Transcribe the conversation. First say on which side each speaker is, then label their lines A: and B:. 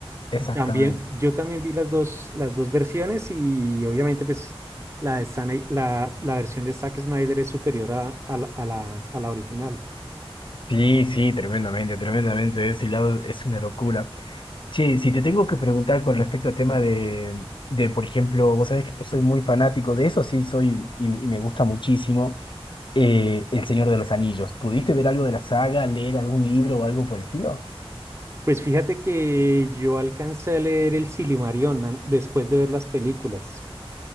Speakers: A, on the left (about 55°); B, on the right (about 25°).
A: exactamente.
B: También, yo también vi las dos, las dos versiones y obviamente pues la, de Stan- la, la versión de Zack Snyder es superior a, a la, a la- a la original.
A: Sí, sí, tremendamente, tremendamente. De ese lado es una locura. Che, si te tengo que preguntar con respecto al tema de, de, por ejemplo, vos sabés que yo soy muy fanático de eso, sí, soy y, me y me gusta muchísimo eh, El Señor de los Anillos. ¿Pudiste ver algo de la saga, leer algún libro o algo por el estilo?
B: Pues fíjate que yo alcancé a leer el Silmarillion an- después de ver las películas.